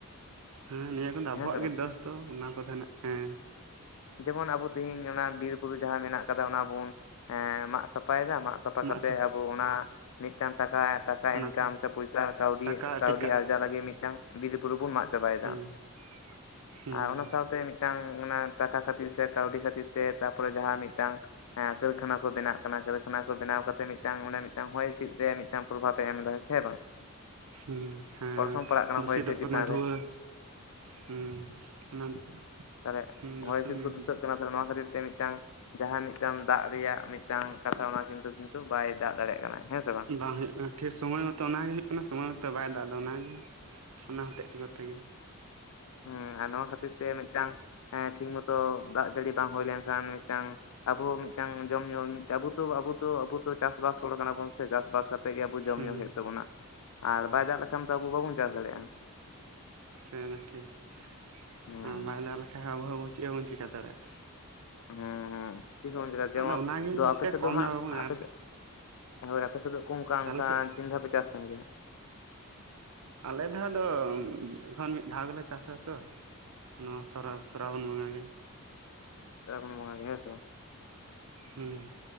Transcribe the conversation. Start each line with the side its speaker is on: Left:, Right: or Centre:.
Right: ᱦᱮᱸ ᱱᱤᱭᱟᱹ ᱠᱚᱫᱚ ᱟᱵᱚᱣᱟᱜ
Left: ᱦᱮᱸ ᱥᱮ ᱵᱟᱝ
Right: ᱜᱮ ᱫᱚᱥ ᱫᱚ ᱚᱱᱟ ᱠᱚ <inaudible> ᱦᱮᱸ
Left: ᱡᱮᱢᱚᱱ ᱟᱵᱚ ᱛᱤᱦᱤᱧ ᱚᱱᱟ ᱵᱤᱨ ᱵᱩᱨᱩ ᱡᱟᱦᱟ ᱢᱮᱱᱟᱜ ᱟᱠᱟᱫᱟ ᱚᱱᱟ ᱵᱩᱱ ᱥᱟᱯᱟᱭ ᱫᱟ ᱢᱟᱜ ᱥᱟᱯᱟ
Right: ᱢᱟᱜᱥᱟ
Left: ᱠᱟᱛᱮᱫ ᱟᱵᱚ ᱚᱱᱟ ᱢᱤᱫ ᱴᱟᱝ ᱴᱟᱠᱟ ᱴᱟᱠᱟ
Right: ᱚᱱᱟ
Left: ᱤᱱᱠᱟᱢ
Right: ᱠᱚᱨᱮ
Left: ᱥᱮ ᱯᱚᱭᱥᱟ ᱠᱟᱹᱣᱰᱤ
Right: ᱴᱟᱠᱟ
Left: ᱠᱟᱹᱣᱰᱤ
Right: ᱴᱮᱠᱟᱜ
Left: ᱟᱨᱡᱟᱣ ᱞᱟᱹᱜᱤᱫ ᱢᱤᱫ ᱴᱟᱝ ᱵᱤᱨ ᱵᱩᱨᱩ ᱵᱩᱱ ᱢᱟᱜ ᱪᱟᱵᱟᱭ ᱫᱟ᱾
Right: <unintelligible> ᱦᱮᱸ
Left: ᱟᱨ ᱚᱱᱟ ᱥᱟᱶᱛᱮ ᱢᱤᱫ ᱴᱟᱝ ᱚᱱᱟ ᱴᱟᱠᱟ ᱠᱷᱟᱹᱛᱤᱨ ᱥᱮ ᱠᱟᱹᱣᱰᱤ ᱠᱷᱟᱹᱛᱤᱨ ᱛᱮ ᱛᱟᱯᱚᱨᱮ ᱡᱟᱸᱦᱟ ᱢᱤᱫ ᱴᱟᱝ ᱠᱟᱹᱨᱠᱷᱟᱱᱟ ᱠᱚ ᱵᱮᱱᱟᱜ ᱠᱟᱱᱟ᱾ ᱠᱟᱹᱨᱠᱷᱟᱱᱟ ᱠᱚ ᱵᱮᱱᱟᱣ ᱠᱟᱛᱮ ᱢᱤᱫ ᱴᱟᱝ ᱚᱱᱟ ᱢᱤᱫ ᱴᱟᱝ ᱦᱚᱭ ᱦᱤᱸᱥᱤᱫ ᱨᱮᱭᱟᱜ ᱢᱤᱫᱴᱟᱝ ᱯᱨᱚᱵᱷᱟᱵᱽ ᱮ ᱮᱢ ᱫᱟ ᱥᱮ ᱵᱟᱝ
Right: ᱦᱩᱸ ᱦᱮᱸ
Left: ᱚᱨᱥᱚᱝ ᱯᱟᱲᱟᱜ ᱠᱟᱱᱟ
Right: ᱫᱩᱥᱤᱛᱚᱜ
Left: ᱦᱚᱭ ᱦᱤᱸᱥᱤᱫ
Right: ᱠᱟᱱᱟ
Left: ᱪᱮᱛᱟᱱ
Right: ᱫᱷᱩᱣᱟᱹ
Left: ᱨᱮ
Right: <unintelligible>
Left: ᱠᱟ ᱨᱮ᱾ᱦᱚᱭ
Right: ᱫᱩᱥᱚᱱᱤ
Left: ᱦᱤᱸᱥᱤᱫ ᱠᱚ ᱫᱩᱥᱟᱹᱜ ᱠᱟᱱᱟ ᱛᱟᱦᱚᱞᱮ ᱱᱚᱣᱟ ᱠᱷᱟᱹᱛᱤᱨ ᱛᱮ ᱢᱤᱫ ᱴᱟᱝ ᱡᱟᱸᱦᱟ ᱢᱤᱫ ᱴᱟᱝ ᱫᱟᱜ ᱨᱮᱭᱟᱜ ᱢᱤᱫ ᱴᱟᱝ ᱠᱟᱛᱷᱟ ᱚᱱᱟ ᱠᱤᱱᱛᱩ ᱠᱤᱱᱛᱩ ᱵᱟᱭ ᱫᱟᱜ ᱫᱟᱲᱮᱭᱼᱟᱜ ᱠᱟᱱᱟ᱾ ᱦᱮᱸᱥᱮ ᱵᱟᱝ?
Right: ᱵᱟᱝ ᱦᱳᱭ ᱠᱟᱱᱟ ᱴᱷᱤᱠ ᱥᱚᱢᱚᱭ ᱢᱚᱛᱚ ᱚᱱᱟ ᱜᱮ ᱦᱳᱭᱳᱜ ᱠᱟᱱᱟ ᱥᱚᱢᱚᱭ ᱢᱚᱛᱚ ᱵᱟᱭ ᱫᱟᱜ ᱚᱱᱟ ᱜᱮ᱾ ᱚᱱᱟ ᱦᱚᱛᱮᱫ ᱛᱮᱜᱮ
Left: ᱦᱩᱸ ᱱᱚᱣᱟ ᱠᱷᱟᱹᱛᱤᱨ ᱛᱮ ᱢᱤᱫ ᱴᱟᱝ ᱴᱷᱤᱠ ᱢᱚᱛᱚ ᱫᱟᱜ ᱡᱟᱹᱲᱤ ᱵᱟᱝ ᱦᱩᱭ ᱞᱮᱱᱠᱷᱟᱱ ᱢᱤᱫ ᱴᱟᱝ ᱟᱵᱚ ᱢᱤᱫᱴᱟᱝ ᱡᱚᱢ ᱧᱩᱢ ᱟᱵᱩᱛᱳ ᱟᱵᱩᱛᱳ ᱟᱵᱩᱛᱳ ᱪᱟᱥᱵᱟᱥ ᱦᱚᱲ ᱠᱟᱱᱟᱵᱚᱱ ᱥᱮ ᱪᱟᱥᱵᱟᱥ ᱠᱟᱛ ᱛᱮᱜᱮ ᱟᱵᱚ ᱡᱚᱢ
Right: ᱦᱮᱸ
Left: ᱧᱩ ᱦᱳᱭᱳᱜ ᱛᱟᱵᱚᱱᱟ ᱟᱨ ᱵᱟᱭ ᱫᱟᱜ ᱞᱮᱠᱷᱟᱱ ᱫᱚ ᱟᱵᱚ ᱵᱟᱵᱚᱱ ᱪᱟᱥ ᱫᱟᱲᱮᱭᱟᱜᱼᱟ ᱾
Right: ᱥᱮ ᱫᱚ ᱴᱷᱤᱠ᱾ᱵᱟᱭ
Left: ᱦᱮᱸ
Right: ᱫᱟᱜ ᱞᱮᱠᱷᱟᱡ ᱟᱵᱚ ᱦᱚᱸ ᱟᱵᱚ ᱪᱮᱜ ᱦᱚᱸ ᱪᱤᱠᱟᱹ ᱫᱟᱲᱮᱭᱟᱜᱼᱟ ᱾
Left: <unintelligible>
Right: ᱟᱫᱚ ᱚᱱᱟᱜᱮ ᱡᱮᱥᱮ
Left: ᱟᱯᱮ ᱥᱮᱫ
Right: ᱠᱚᱢ
Left: ᱫᱚ ᱦᱟᱸᱜ
Right: ᱧᱚᱜ ᱟᱵᱚᱱ
Left: ᱟᱯᱮ
Right: ᱟᱨᱠᱤ
Left: ᱥᱮᱫ ᱦᱳᱭ ᱟᱯᱮ ᱫᱚ ᱠᱚᱝᱠᱟ ᱚᱱᱠᱟ
Right: ᱟᱞᱮ ᱥᱮᱫ
Left: ᱛᱤᱱ ᱫᱷᱟᱵᱤᱡ ᱪᱟᱥ ᱛᱟᱦᱮᱱ ᱜᱤᱭᱟ ᱾
Right: ᱟᱞᱮ ᱫᱷᱟᱣ ᱫᱚ ᱮᱠᱷᱚᱱ ᱢᱤᱫ ᱫᱷᱟᱣ ᱜᱮᱞᱮ ᱪᱟᱥᱟ ᱛᱚ ᱾ ᱚᱱᱟ ᱥᱚᱨᱟ ᱥᱚᱨᱟᱵᱚᱱ ᱵᱚᱸᱜᱟ ᱜᱮ
Left: ᱥᱨᱟᱵᱚᱱ ᱵᱚᱸᱜᱟ ᱜᱮ᱾ ᱦᱮᱸ ᱥᱮ ᱵᱟᱝ?
Right: ᱦᱩᱸ